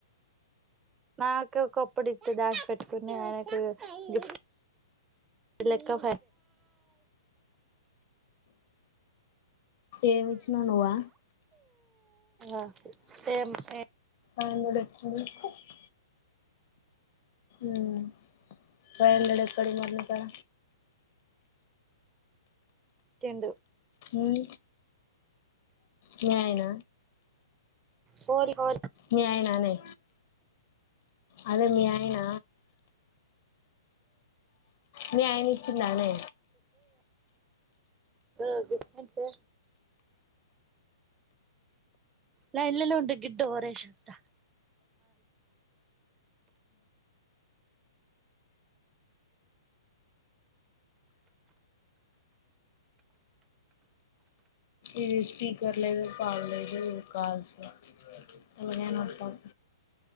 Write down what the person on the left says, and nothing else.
ఏం ఇచ్చినవ్ నువ్వు
ఆ <unintelligible> మ్ సరేలేడి ఎక్కడికి మాట్లాడతాడ
ఉమ్ మీ ఆయన
మీ ఆయననే అదే మీ ఆయన మీ ఆయన ఇచ్చిండానే
ఇది స్పీకర్ లేదు పాడులేదు ఈ కాల్స్ ల ఏమనయినయ వత్తం